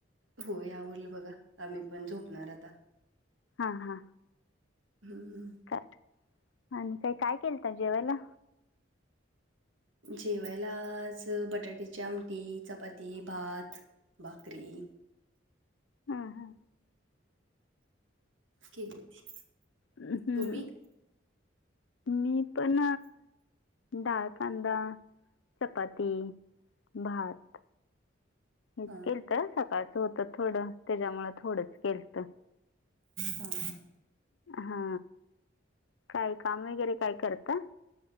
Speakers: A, on the right; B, on the left.
A: हो आवरलं बघा आम्ही पण झोपणार आता.
B: हा हा.
A: हम्म.
B: का आणि काही काय केलता जेवायला?
A: जेवायला आज बटाट्याची आमटी, चपाती, भात. भाकरी
B: हा हा.
A: केली होती
B: हम्म.
A: तुम्ही
B: मी पण डाळ कांदा चपाती, भात. मीच
A: हां
B: केलता सकाळचं होतं थोडं त्याच्यामुळें थोडंच केलतं.
A: हा.
B: हा काय काम वगैरे काय करता?